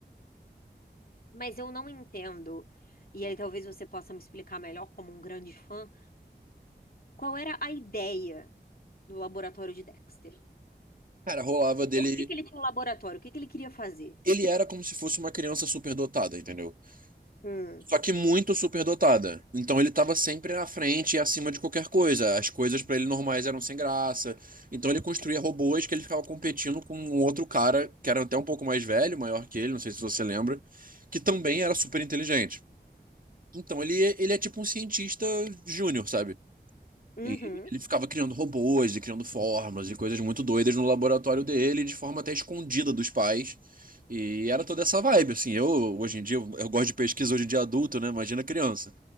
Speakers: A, on the left; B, on the right.
A: Mas eu não entendo, e aí talvez você possa me explicar melhor, como um grande fã, qual era a ideia do laboratório de Dexter?
B: Cara, rolava dele.
A: Por que que ele tinha um laboratório? O que que ele queria fazer?
B: Ele era como se fosse uma criança superdotada, entendeu?
A: Hum.
B: Só que muito superdotada. Então ele estava sempre à frente e acima de qualquer coisa. As coisas para ele normais eram sem graça. Então ele construía robôs que ele ficava competindo com um outro cara que era até um pouco mais velho, maior que ele, não sei se você lembra, que também era super inteligente. Então ele, ele é tipo um cientista júnior, sabe?
A: Uhum.
B: E ele ficava criando robôs e criando formas e coisas muito doidas no laboratório dele, de forma até escondida dos pais. E era toda essa vibe, assim. Eu, hoje em dia, eu eu gosto de pesquisa hoje em dia adulto, né? Imagina criança.